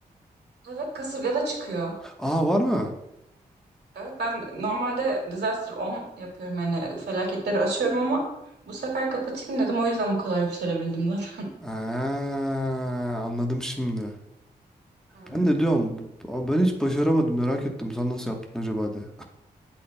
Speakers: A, on the right; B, in the centre.
A: Evet kasırgada çıkıyor.
B: Aa var mı?
A: Evet ben normalde disaster on yapıyorum yani felaketleri açıyorum ama bu sefer kapatayım dedim o yüzden bu kadar yükselebildim zaten.
B: Aa, anladım şimdi.
A: Evet.
B: Ben de diyorum bu- bu- ben hiç başaramadım merak ettim. Sen nasıl yaptın acaba de.